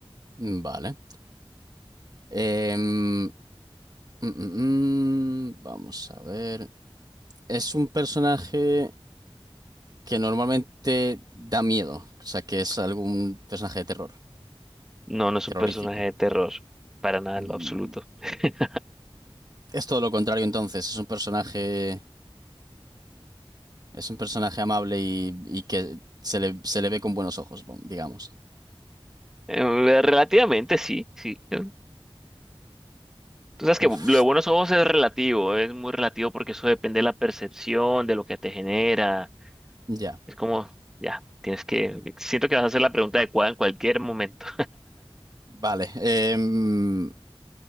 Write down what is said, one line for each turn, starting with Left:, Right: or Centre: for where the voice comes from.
Right: Mm, Vale. Em, mm, mm, mm, vamos a ver. ¿Es un personaje... que normalmente da miedo, o sea, que es algún personaje de terror,
Centre: No, no es
Right: terrorífico.
Centre: un personaje de terror. Para nada
Right: Mm,
Centre: en lo absoluto. <laughs>
Right: Es todo lo contrario entonces, es un personaje, es un personaje amable y, y que se le, se le ve con buenos ojos, bom, digamos.
Centre: Eh, Relativamente sí, sí. eh. Tú sabes
Right: Uf,
Centre: que lo de buenos ojos es relativo, es muy relativo porque eso depende de la percepción, de lo que te genera.
Right: ya,
Centre: Es como, ya, tienes que, siento que vas a hacer la pregunta adecuada en cualquier momento.
Right: vale. em,